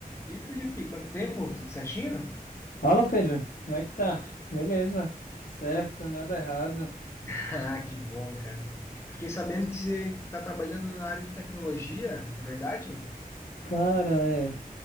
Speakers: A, on the left (about 15°); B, on the left (about 65°).
A: E Felipe, quanto tempo? Tudo certinho?
B: Fala, Pedro. Como é que tá? Beleza, tudo certo,
A: E-
B: nada errado.
A: <laughs> Ah, que bom, cara. Eu fiquei sabendo que você está trabalhando na área de tecnologia, é verdade?
B: Cara, é.